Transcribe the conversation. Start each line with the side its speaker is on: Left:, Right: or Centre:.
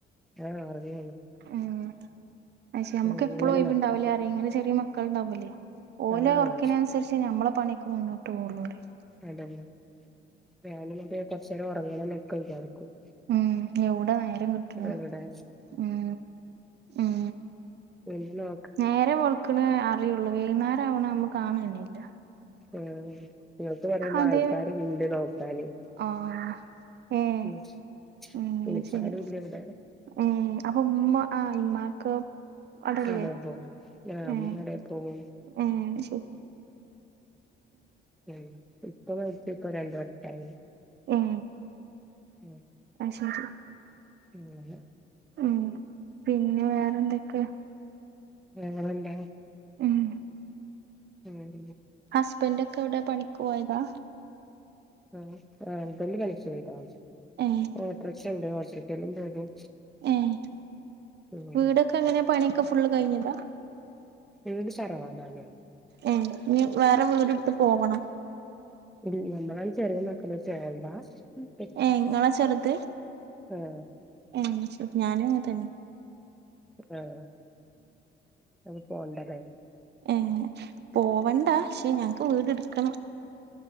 Centre: ആഹ് ഒറങ്ങാണ്
Right: ഉം അക്ഷെ നമ്മക്ക്
Centre: അങ്ങനെ
Right: എപ്പളും ഒയിവ്ണ്ടാവൂല
Centre: നടക്കും
Right: അറയും ഇങ്ങനെ ചെറിയ മക്കൾ ണ്ടാവുമ്പല്ലേ ഓലെ
Centre: ആഹ്
Right: ഒറക്കിന് അന്സരിച്ചേ ഞമ്മളെ പണി ഒക്ക മുന്നോട്ട് പോവുള്ളൂ അറയ
Centre: അതെന്നെ ഞാനിനിപ്പേ കൊറച്ചേരം ഒറങ്ങണം ന്നൊക്കെ വിചാർക്കും
Right: ഉം എവ്ടെ നേരം കിട്ട്ണ്
Centre: ഇവിടെ
Right: ഉം ഉം
Centre: വെന്നോ
Right: നേരം വെള്ക്ക്ണ അറിയോള്ളൂ വൈന്നേരം ആവണേ അമ്മക്ക് കാണെന്നെല്ല
Centre: ആഹ് ഇങ്ങക്ക് പറയുമ്പോ
Right: അതെ
Centre: ആൾക്കാര്ണ്ട് നോക്കാന്
Right: ആഹ് ഏഹ്
Centre: മ്മച്ച്
Right: ഉം
Centre: പിന്നെ ച്ചാരുല്ല
Right: ശരി
Centre: ഇവിടെ
Right: ഉം അപ്പൊ ഉമ്മ ആ ഇമ്മാക്ക് അടല്ലേ
Centre: കടെ പോകും രാവിലെ
Right: ഏ
Centre: കടെ പോകും
Right: ഉം ശെരി
Centre: ഉം ഇപ്പ മരിച്ച് ഇപ്പ രണ്ടു വർഷായി
Right: ഏഹ്
Centre: ഉം
Right: അയ്ശെരി
Centre: പിന്നല്ല
Right: ഉം പിന്നെ വേറെന്തൊക്കെ
Centre: ഞങ്ങളല്ല
Right: ഉം
Centre: ഉം ഉം
Right: ഹസ്ബന്റൊക്കെ എവിടെ? പണിക്ക് പോയതാ.
Centre: ആഹ്. ആഹ് ഹസ്ബൻഡ് പണിക്കോയതാ
Right: ഏഹ്
Centre: ഓട്ടർക്ഷ ണ്ട്. ഓട്ടർഷേലും പോകും
Right: ഏഹ്.
Centre: ഉം
Right: വീടൊക്ക എങ്ങനെ പണിയൊക്കെ ഫുള്ള് കഴിഞ്ഞതാ?
Centre: വീട് തറവാടാണ്
Right: ഏഹ് ഇഞ് വേറെ വീട്‌ട്ത്ത് പോവണം.
Centre: ൽ ഞമ്മളാണ് ചെറിയ മക്കള് <unintelligible>
Right: ഏഹ് ഇങ്ങളാ ചെറുത്
Centre: ആഹ്
Right: ഏഹ് ശരി. ഞാനും അങ്ങൻതന്നെ
Centre: ആഹ് അത് പോണ്ട ലേ
Right: ഏഹ് പോവണ്ട. ശ്ശെ ഞങ്ങക്ക് വീട് ഇട്ക്കണം